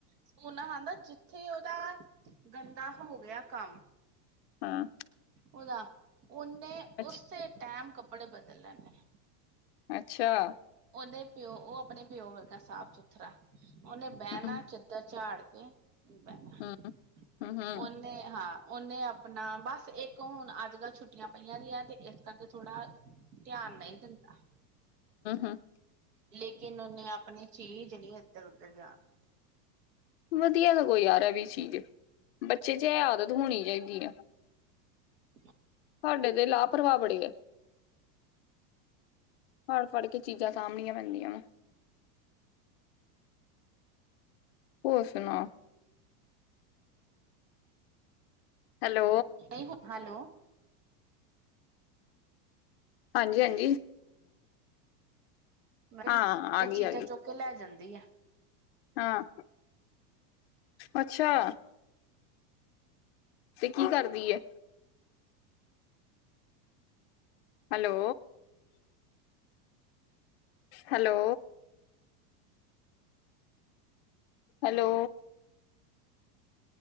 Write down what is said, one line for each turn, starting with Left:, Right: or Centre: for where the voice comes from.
Right: ਸਪੂਨ ਨਾਲ ਖਾਂਦਾ। ਜਿੱਥੇ, ਉਹਦਾ ਗੰਦਾ ਹੋ ਗਿਆ ਕੰਮ
Left: ਹਾਂ,
Right: ਉਹਦਾ ਉਹਨੇ
Left: ਅੱਛਾ
Right: ਉਸੇ ਟਾਈਮ ਕੱਪੜੇ ਬਦਲ ਲੈਣੇ।
Left: ਅੱਛਾ।
Right: ਉਹਦੇ ਪਿਓ, ਔ ਆਪਣੇ ਪਿਓ ਵਰਗਾ ਸਾਫ- ਸੁਥਰਾ ਔ ਨੇ ਬਹਿਣਾ
Left: ਹੂੰ
Right: ਚੱਦਰ ਝਾੜ ਕੇ <unintelligible> ਬਹਿਣਾ ਏ,
Left: ਹੂੰ ਹੂੰ ਹੂੰ
Right: ਔ ਨੇ, ਹਾਂ। ਉਹਨੇ ਆਪਣਾ ਬਸ ਇੱਕ ਹੁਣ ਅੱਜ ਕੱਲ੍ਹ ਛੁੱਟੀਆਂ ਪਈਆਂ ਦੀਆਂ, ਤੇ ਇਸ ਕਰਕੇ ਥੋੜ੍ਹਾ ਧਿਆਨ ਨਹੀਂ ਦਿੰਦਾ।
Left: ਹੂੰ
Right: ਲੇਕਿਨ ਉਹਨੇ ਆਪਣੀ ਚੀਜ਼ ਨਹੀਂ ਇੱਧਰ -ਉਧਰ ਜਾਣਾ
Left: ਵਧੀਆ ਤਾਂ ਕੋਈ ਯਾਰ ਹੈ ਵੀ ਚੀਜ਼, ਬੱਚੇ ਚ ਇਹ ਆਦਤ ਹੋਣੀ ਚਾਹੀ ਦੀ ਐ ।
Right: ਹ <inaudible>
Left: ਸਾਡੇ ਦੇ ਲਾਭ ਪ੍ਰਵਾ ਬੜੇ ਆ। ਫੜ -ਫੜ ਕੇ ਚੀਜ਼ਾਂ ਸਾਂਭਣੀਆਂ ਪੈਂਦੀਆਂ ਵਾ ਹੋਰ ਸੁਣਾ ਹੈਲੋ
Right: ਹੈਲੋ,
Left: ਹਾਂਜੀ- ਹਾਂਜੀ।
Right: ਮੈਂ ਕੇਹਾ,
Left: ਹਾਂ ਆ
Right: ਔ
Left: ਗਈ
Right: ਚੀਜ਼ਾਂ
Left: ਆ ਗਈ
Right: ਚੁੱਕ ਲੈ ਜਾਂਦੇ ਦੀਆਂ
Left: ਹਾਂ, ਅੱਛਾ ਤੇ ਕੀ ਕਰਦੀ ਐ? ਹੈਲੋ। Hello, hello,